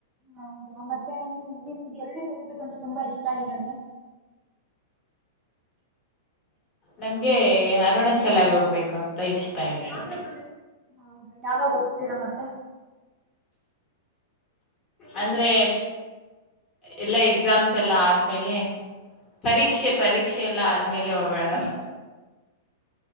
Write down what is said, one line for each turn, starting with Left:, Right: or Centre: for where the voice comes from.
Right: ಹೌದಾ ಮತ್ತೆ ನಿಮ ನಿಮ್ಗೆ ಎಲ್ಲಿ ಹೋಗ್ಬೇಕಂತ್ರೆ ತುಂಬಾ ಇಷ್ಟ ಈ ನಡುವ
Left: ನಮ್ಗೆ ಅರುಣ ಚೆಲಾಗ ಹೋಗ್ಬೇಕು ಅಂತ ಇಷ್ಟ ನ
Right: ಹ ಹೌದಾ ಯಾವಾಗ ಹೋಗ್ತ್ತೀರಾ ಮತ್ತೆ
Left: ಅಂದ್ರೆ ಎಲ್ಲ ಎಕ್ಸಾಮ್ಸ್ ಎಲ್ಲಾ ಆದ್ಮೇಲೆ ಪರೀಕ್ಷೆ ಪರೀಕ್ಷೆ ಎಲ್ಲ ಆದ ಅ ಮೇಲೆ ಹೋಗೋಣ ಅಂತ